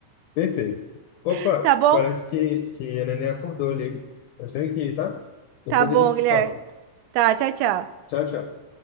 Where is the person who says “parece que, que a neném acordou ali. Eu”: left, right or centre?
Left